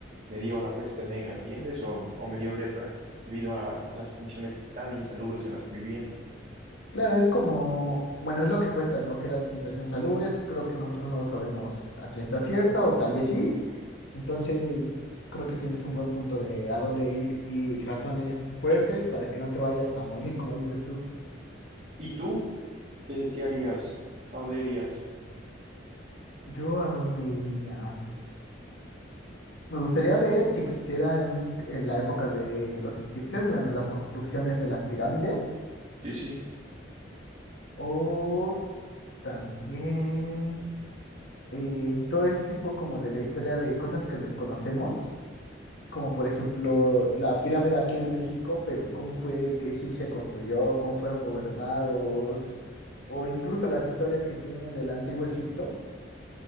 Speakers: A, on the right; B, on the left.
A: me dio la peste negra, ¿entiendes? O, o me dio lepra debido a las condiciones tan insalubres en las que vivían.
B: Claro, es como, bueno, es lo que cuentan, ¿no? Que eran situaciones salubres, creo que nosotros no lo sabemos a ciencia cierta, o tal vez sí, entonces creo que tienes un buen punto de a dónde ir y razones fuertes para que no te vayas a morir, como dices tú.
A: ¿Y tú? ¿Qué, qué harías? ¿A dónde irías?
B: Yo a dónde iría. Me gustaría ver si existiera en, en la época de los egipcios, la- las construcciones de las pirámides.
A: Sí, sí.
B: O También eh, en todo ese tipo como de la historia de cosas que desconocemos, como por ejemplo la pirámide aquí en México, pero cómo fue que sí se construyó, cómo fueron gobernados, o incluso las historias que tienen del antiguo Egipto,